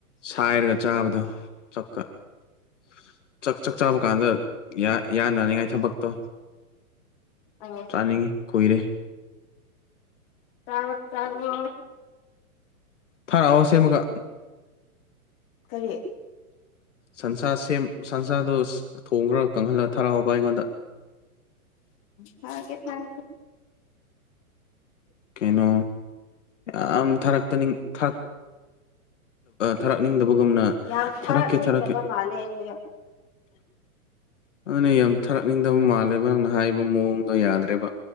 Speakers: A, on the left (about 55°); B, on the left (about 25°).
A: ꯁꯥꯏꯔꯒ ꯆꯥꯕꯗꯣ ꯆꯥꯛ ꯆꯥꯛ ꯆꯥꯕ ꯀꯥꯟꯗ ꯌꯥꯏ ꯏꯥꯟ ꯅꯤꯡꯉꯥꯏ ꯊꯕꯛꯇꯣ
B: ꯑꯧ
A: ꯆꯥꯅꯤꯡꯉꯤ ꯀꯨꯏꯔꯦ
B: ꯆꯥꯔ꯭ꯕꯣ ꯆꯥꯔꯥꯕꯣ
A: ꯊꯥꯔꯛꯑꯣ ꯁꯦꯝꯃꯒ
B: ꯀꯔꯤ
A: ꯁꯟꯁꯥ ꯁꯦꯝ ꯁꯟꯁꯥꯗꯨꯣ ꯊꯣꯡꯈ꯭ꯔ ꯀꯪꯍꯜꯂꯒ ꯊꯥꯔꯛꯑꯣꯕ ꯑꯩꯉꯣꯟꯗ
B: ꯊꯒꯦ ꯊꯥꯦ
A: ꯀꯩꯅꯣ ꯌꯥꯝ ꯊꯥꯔꯛꯇꯅꯤ ꯊ ꯊꯥꯔꯛꯅꯤꯡꯗꯕ ꯅ
B: ꯌꯥꯝ ꯊꯥꯔꯛꯅꯤꯡꯗꯕ
A: ꯊꯥꯔꯛꯀꯦ ꯊꯔꯛꯀꯦ
B: ꯃꯥꯜꯂꯦ ꯍꯥꯏꯌꯣ
A: ꯑꯗꯨꯅ ꯌꯥꯝ ꯊꯥꯔꯛꯅꯤꯡꯗꯕ ꯃꯥꯜꯂꯦꯕ ꯅꯪꯅ ꯍꯥꯏꯕ ꯃꯑꯣꯡꯗꯣ ꯌꯥꯗ꯭ꯔꯦꯕ